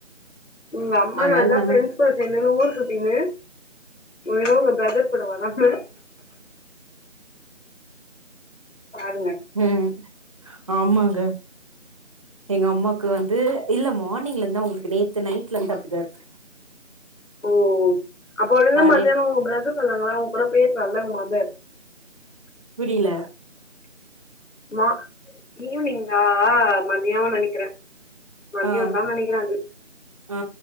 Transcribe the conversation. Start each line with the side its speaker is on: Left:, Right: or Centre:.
Left: உங்க அம்மா
Right: அதனால
Left: நல்லா
Right: லெமன்
Left: ஃப்ரெண்ட்ஸ் கூட சேந்தின்னு ஊர்சுத்தினு ஏதோ ஒரு பிரதர் கூட வரோன்னு பாருங்க
Right: ம் ஆமாங்க எங்க அம்மாக்கு வந்து இல்ல மார்னிங்ல இருந்து அவுங்களுக்கு நேத்து நைட்ல இருந்து அப்டிதா இருக்கு
Left: ஓ அப்ப ஒருவேளை
Right: ஆ
Left: மத்தியான
Right: நேத்
Left: உங்க பிரதர் சொன்னாங்ளா அவுங்க கூட பேசலால உங்க மதர்
Right: புரில
Left: மா ஈவினிங்கா மதியனு நினைக்கிற மதிய
Right: ஆ
Left: தா நெனைக்கிற அது
Right: ஆ